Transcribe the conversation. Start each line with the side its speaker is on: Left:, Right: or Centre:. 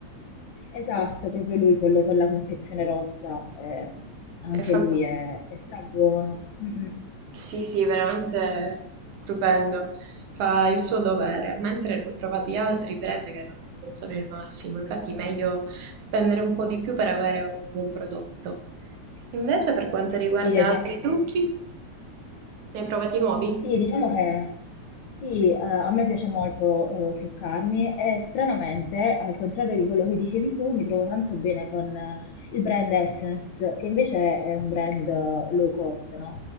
Left: Esatto, proprio lui, quello con la confezione rossa, eh, anche
Right: È fantastico.
Left: lui è, è strabuono. Mm, mm.
Right: Sì, sì, veramente stupendo. Fa il suo dovere, mentre ne ho provati altri brand che non non sono il massimo. Infatti, meglio spendere un po' di più per avere un buon prodotto. Invece per quanto riguarda
Left: Sì, esatto.
Right: altri trucchi, ne hai provati nuovi?
Left: Sì, diciamo che sì, eh, a me piace molto eh, truccarmi e stranamente, al contrario di quello che dicevi tu, mi trovo tanto bene con eh, il brand Essence, che invece è un brand eh, low cost, no?